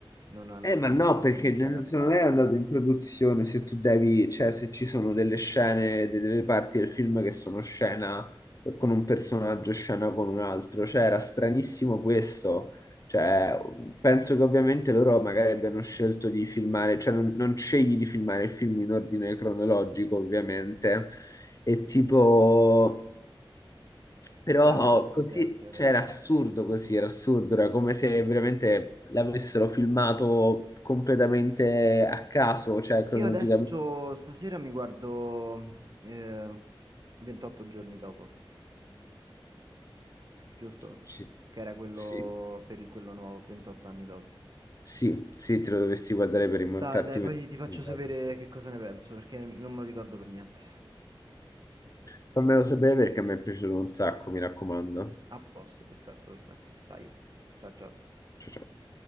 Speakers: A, on the right (about 50°); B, on the left (about 40°).
A: non hanno
B: Eh,
A: potuto
B: ma no, perché
A: rinunciare
B: nel senso
A: a farlo
B: non è andato
A: comunque.
B: in produzione se tu devi, cioè se ci sono delle scene, de- delle parti del film che sono scena con un personaggio, scena con un altro, cioè era stranissimo questo, cioè penso che ovviamente loro magari abbiano scelto di filmare, cioè non, non scegli di filmare il film in ordine cronologico ovviamente, e tipo... Però
A: Chiaro, chiaro,
B: così,
A: chiaro, chiaro.
B: cioè era assurdo così, era assurdo, era come se veramente l'avessero filmato completamente a caso, cioè cronologicamente.
A: Io adesso stasera mi guardo eh, 28 giorni dopo, giusto?
B: Ci-
A: Che era quello
B: Sì,
A: per il, quello nuovo, 28 anni dopo.
B: sì, sì, te lo dovresti guardare per rimontarti.
A: Dai, dai,
B: vent'anni
A: poi ti faccio sapere
B: dopo.
A: che cosa ne penso, perché non me lo ricordo per niente.
B: Fammelo sapere perché mi è piaciuto un sacco, mi raccomando.
A: A posto, perfetto, perfetto. Dai, ciao ciao.
B: Ciao, ciao.